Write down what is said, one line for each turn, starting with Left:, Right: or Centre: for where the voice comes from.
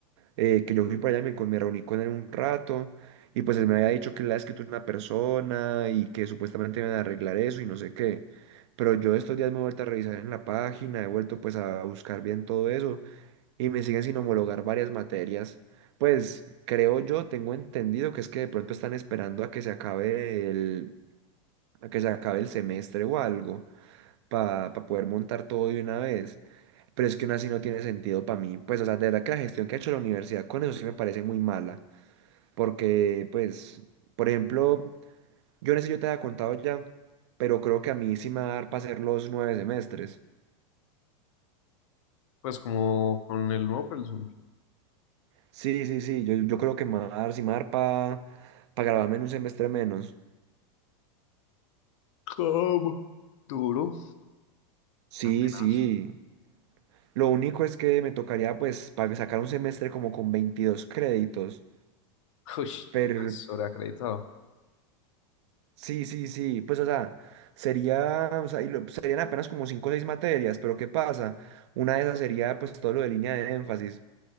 Right: eh, que yo fui para allá y me, con- me reuní con él un rato y pues él me había dicho que él había escrito una persona y que supuestamente iban a arreglar eso y no sé qué. Pero yo estos días me he vuelto a revisar en la página, he vuelto pues a buscar bien todo eso y me siguen sin homologar varias materias. Pues creo yo, tengo entendido que es que de pronto están esperando a que se acabe el, a que se acabe el semestre o algo para poder montar todo de una vez. Pero es que aún así no tiene sentido para mí. Pues, o sea, de verdad que la gestión que ha hecho la universidad con eso sí me parece muy mala. Porque, pues, por ejemplo, yo no sé si yo te había contado ya, pero creo que a mí sí me va a dar para hacer los nueve semestres.
Left: Pues como con el nuevo Pelsun.
Right: Sí, sí, sí, yo, yo creo que me va a dar, sí me va a dar para graduarme en un semestre menos.
Left: ¿Cómo? Duro.
Right: Sí,
Left: Apenas.
Right: sí. Lo único es que me tocaría, pues, para sacar un semestre como con 22 créditos.
Left: <laughs> Uy,
Right: pero
Left: sobreacreditado.
Right: Sí, sí, sí, pues o sea, sería, o sea, y lo- serían apenas como cinco o seis materias, pero ¿qué pasa? Una de esas sería pues todo lo de línea de énfasis.